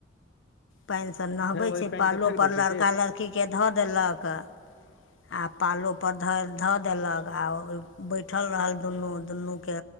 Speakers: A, on the left; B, on the left.
A: पाइन स नहबै
B: फेर ओहि
A: छै
B: पानि
A: पालो
B: के फेेक
A: पर
B: दै छै
A: लड़का लड़ की के धऽ देलक आ पालो पर ध धऽ देलक आओ बैठल रहल दुनू दुनू के